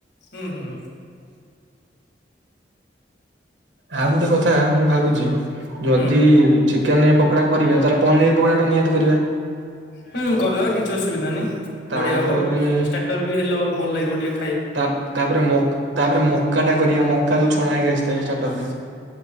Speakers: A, on the left (about 65°); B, on the right (about 80°).
A: ହୁଁ ହୁଁ ହୁଁ।
B: ଆଉ ଗୋଟେ କଥା ମୁଁ ଭାବୁଛି ଯଦି
A: ହୁଁ
B: ଚିକେନ ପକୋଡା କରିବା ତାହେଲେ ପନିର ପକଡ଼ଟା ନିହାତି କରିବା।
A: ହୁଁ କରିଦେବା କିଛି ଅସୁବିଧା ନହିଁ
B: ତାପରେ
A: ବଢିଆ ହବ ଷ୍ଟାର୍ଟର ବି ହେଲ ଭଲ ଲାଗିବ ଟିଏ।
B: ତାପ ତାପରେ ମକ ତାପରେ ମକା ଟା କରିବା ମକା ଯୋଉ ଛଣା ହେଇକି ଆସିଥାଏ ଷ୍ଟାର୍ଟର ରେ।